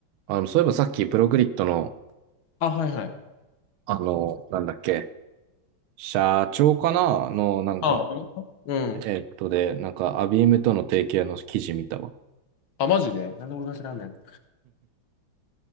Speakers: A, on the right; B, on the left.
A: あの、そういえばさっきプログリッドの、
B: あ、はいはい。
A: あの、なんだっけ、社長かなの、なんか、
B: ああ、うん。
A: えっとで、なんか、アビームとの提携の記事見たわ。
B: あ、マジでなんで俺が知らんねん。